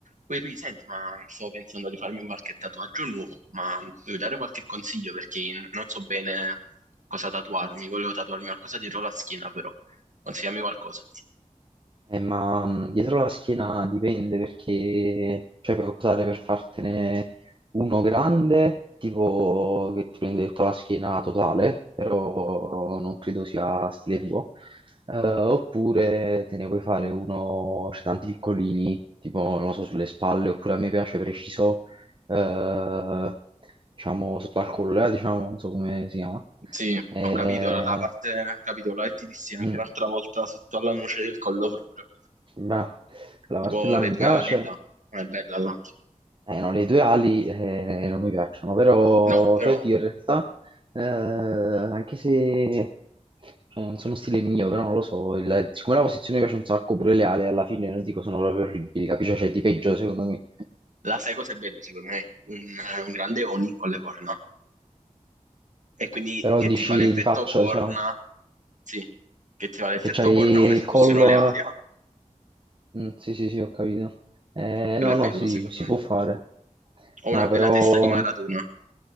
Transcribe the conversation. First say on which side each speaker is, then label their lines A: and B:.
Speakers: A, on the right (about 70°); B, on the right (about 40°).
A: Poi lui, senti, ma sto pensando di farmi qualche tatuaggio nuovo, ma mi vuoi dare qualche consiglio perché non so bene cosa tatuarmi. Volevo tatuarmi qualcosa dietro la schiena, però. Consigliami qualcosa.
B: Eh, ma mh, dietro la schiena dipende perché cioè, puoi optare per fartene uno grande, tipo che ti prende tutta la schiena totale, però non credo sia stile tuo, Eh, oppure te ne puoi fare uno, c'è tanti piccolini, tipo non lo so, sulle spalle, oppure a me piace preciso, eh, diciamo sotto al collo, eh, diciamo, non so come si chiama.
A: Sì, ho
B: Eh,
A: capito la parte, ho capito la che ti dissi anche
B: mm.
A: l'altra volta sotto alla noce del collo proprio.
B: Bravo. La martella
A: Tipo le
B: mi
A: due
B: piace.
A: ali là. Non è bella là.
B: Eh, no, le tue ali eh, non mi piacciono, però,
A: No, però...
B: cioè, oddio, in realtà, eh, anche se cioè, non sono stile mio, però non lo so, il- siccome la posizione mi piace un sacco, pure le ali alla fine non dico sono proprio orribili, capisci? Cioè, di peggio, secondo me.
A: La sai cosa è bello, secondo me? Un, un grande Oni con le corna. E quindi
B: Però
A: che
B: dici
A: ti fa l'effetto
B: di faccia,
A: corna,
B: diciamo,
A: sì, che ti fa l'effetto
B: che c'hai
A: corna come se
B: il collo...
A: fossero le ali. Ah,
B: Mm, sì, sì, sì, ho capito. Eh,
A: quello
B: no,
A: è
B: no,
A: bello,
B: sì,
A: secondo
B: si
A: me.
B: può fare.
A: Ho
B: No,
A: una
B: però...
A: bella testa di Maradona.